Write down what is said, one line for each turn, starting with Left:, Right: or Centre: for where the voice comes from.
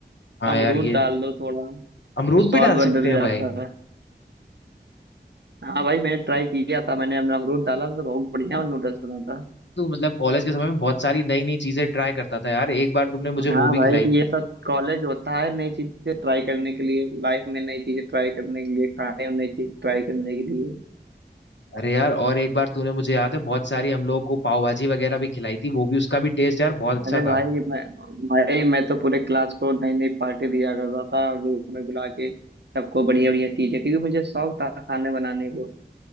Left: हाँ
Right: अमरूद
Left: यार ये
Right: डाल दो थोड़ा
Left: अमरूद
Right: तो स्वाद
Left: भी डाल
Right: बदल
Left: सकते हैं
Right: जाता
Left: भाई
Right: है हाँ भाई मैंने ट्राई किया था मैंने अपना अमरूद डाला था तो बहुत बढ़िया नूडल्स बना था
Left: तो मतलब कॉलेज के समय में बहुत सारी नई नई चीजें ट्राई करता था यार एक बार तुमने मुझे
Right: हाँ
Left: वो भी
Right: भाई
Left: खिलाई थी।
Right: ये सब कॉलेज होता है नई चीजें ट्राई करने के लिए लाइफ में नई चीजें ट्राई करने के लिए खाने में नई चीज ट्राई करने के लिए
Left: अरे यार और एक बार तूने मुझे याद है बहुत सारी हम लोगों को पाव भाजी वगैरह भी खिलाई थी वो भी उसका भी टेस्ट यार बहुत अच्छा
Right: अरे
Left: था
Right: भाई मैं भाई मैं तो पूरे क्लास को नई नई पार्टी दिया करता था रूम में बुला के सबको बढ़िया बढ़िया चीजें क्योंकि मुझे शौक था खाने बनाने को